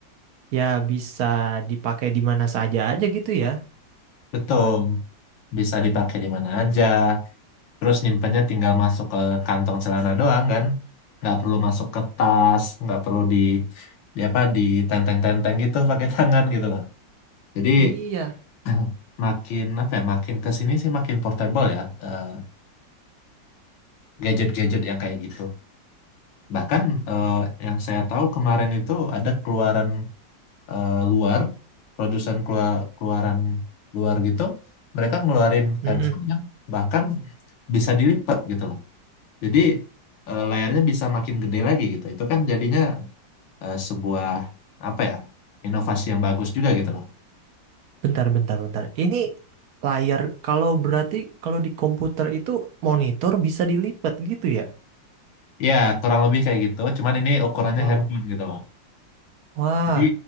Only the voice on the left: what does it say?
Betul,
bisa dipakai di mana aja. Terus nyimpennya tinggal masuk ke kantong celana doang kan. Nggak perlu masuk ke tas, nggak perlu di, di apa, ditenteng-tenteng gitu pakai tangan gitu loh. Jadi
<clears throat> <laughs> makin apa ya makin ke sini sih makin portable ya eh, gadget-gadget yang kayak gitu bahkan eh, yang saya tahu kemarin itu ada keluaran eh, luar produsen keluar keluaran luar gitu mereka ngeluarin
handphone yang bahkan bisa dilipat gitu loh jadi eh, layarnya bisa makin gede lagi gitu itu kan jadinya eh, sebuah apa ya inovasi yang bagus juga gitu loh
ya kurang lebih kayak gitu cuman ini ukurannya
handphone gitu loh
Jadi